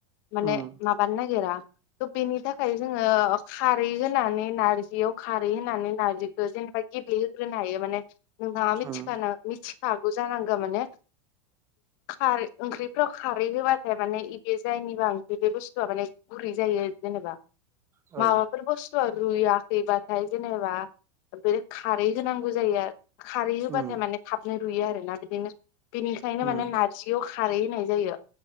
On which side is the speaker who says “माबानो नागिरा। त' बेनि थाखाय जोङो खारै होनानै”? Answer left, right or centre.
Left